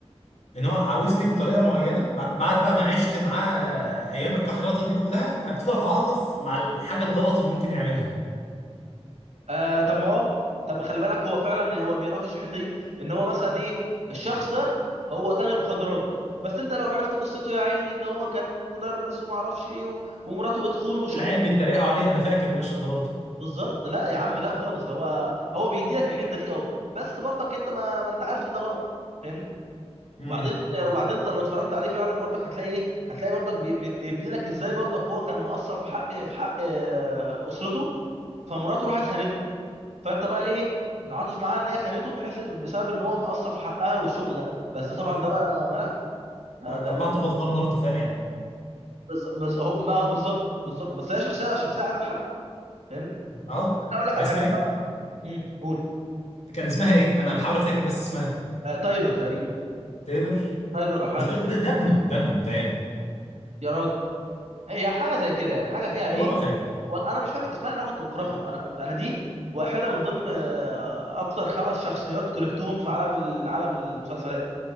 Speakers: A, on the left; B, on the right.
A: ان هو عاوزني بطريقه معينه ب- بعد بقى ما عشت معاه آه، ايام الكحرطه دي كلها ابتدي اتعاطف مع الحاجه الغلط اللي ممكن يعملها
B: آه طب ما اه طب ما خلي بالك هو فعلا هو بيناقش الحته دي ان هو مثلا ايه الشخص ده هو تاجر مخدرات بس انت لو عرفت قصته يا عيني ان هو كان مدرس وما اعرفش ايه و- ومراته بتخونه وشو
A: العيال بيتريقوا عليه انا فاكر المشهد ده برضه
B: بالظبط لا يا عم لا خالص هو هو بيديلك الحته دي اه بس برضك انت ما, ما انت عارف ان ده غلط فاهمني
A: امم
B: وبعدين وبعدين انت لو اتفرجت عليه فعلا برضك هتلاقي ايه هتلاقي برضك بي- بي- بيبني لك ازاي برضك هو كان مقصر في حق في حق آه، اسرته فمراته راحت خانته فانت بقى ايه تتعاطف معاه ان هي خانته بحيث بسبب ان هو مقصر في حقها والشغل ده بس ده طبعا
A: شفت
B: ده بقى ما لا
A: آه،
B: ده ده
A: طلعته
B: ده
A: غلطان برضه فاهم يعني
B: بز- بز- هو بقى هو بالظبط بالظبط بس هي شخصيه شخصيه عايزه الحرق فاهمني انا
A: اه
B: اقول لك
A: كان
B: على
A: اسمها
B: حاجه انا
A: ايه
B: نوعا امم قول
A: كان اسمها ايه انا بحاول افتكر بس اسمها
B: آه تايلور تقريبا
A: تايلور
B: تايلور او حاجه
A: مش تايلور،
B: زي كده
A: ده ده ابنه ده ابنه بتهيألي
B: يا راجل هي حاجه زي كده يعني حاجه فيها ايه
A: والله ما فاكر
B: ولا انا مش فاكر اسمها لان انا كنت بكرهها انا كنت انا دي واحده من ضمن آه، اكتر خمس شخصيات كرهتهم في عالم ال- عالم المسلسلات